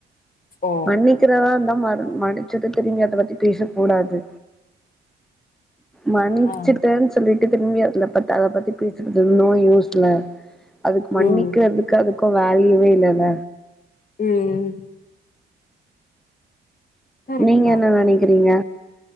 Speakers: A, on the left; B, in the centre.
A: ஓ
B: மன்னிக்கிறதான் இருந்தா ம மடிச்சத திரும்பி அத பத்தி பேசக் கூடாது மன்னிச்சுிட்டேன்
A: ஆ
B: சொல்லிட் திரும்பி அதல பத்து அத பத்தி அதுவோ நோ யூஸ்ல அதுக்கு மன்னிக்கிறதுக்கு
A: ம்
B: அது <unintelligible> வேல்யுவே இல்லல்ல
A: ம் கரெக்ட்டு
B: நீங்க என்ன நனைக்கிறீங்க